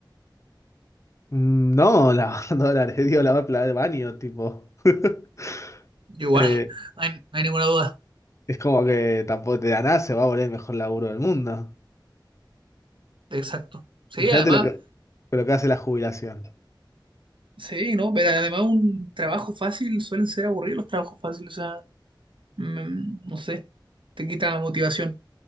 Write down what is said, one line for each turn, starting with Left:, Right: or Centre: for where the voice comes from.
Left: Mm, No, lavar dólares, <laughs> digo, lavar plata <laughs> de baño, tipo. <laughs>
Right: Yo igual,
Left: Eh,
Right: <laughs> no hay, no hay ninguna duda.
Left: es como que tampoco te da nada, se va a volver el mejor laburo del mundo.
Right: Exacto. Sí,
Left: Imagínate
Right: además,
Left: lo que, lo que hace la jubilación.
Right: Sí, no, pero además un trabajo fácil suelen ser aburridos los trabajos fáciles, o sea, mm, no sé, te quita la motivación.